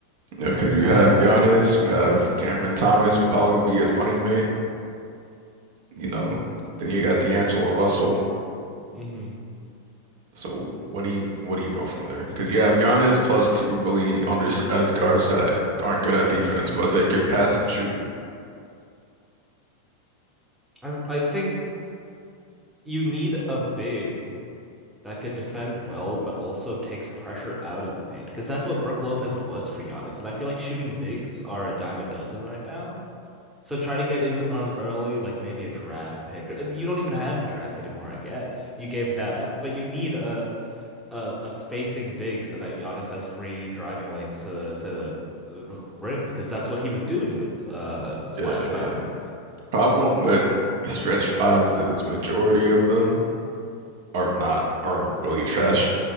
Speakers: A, on the right; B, in the centre.
A: Yeah, because you
B: I
A: have
B: don't.
A: Giannis, you have Cameron Thomas would probably be his running mate, you know. Then you got D'Angelo Russell.
B: hmm
A: So what do you what do you go from there? Because you have Giannis plus two really undersized guards that aren't good at defense, but they could pass and shoot.
B: I I think you need a big that could defend well, but also takes pressure out of the paint because that's what Brook Lopez was for Giannis. And I feel like shooting bigs are a dime a dozen right now. So try to get in on early, like maybe a draft pick. You don't even have the draft anymore, I guess. You gave that up, but you need a a, a spacing big so that Giannis has free driving lanes to the to the uh, r- rim because that's what he was doing with uh Splash
A: Yeah,
B: Mountain.
A: yeah. Problem with stretch fives is majority of them are not are really trash.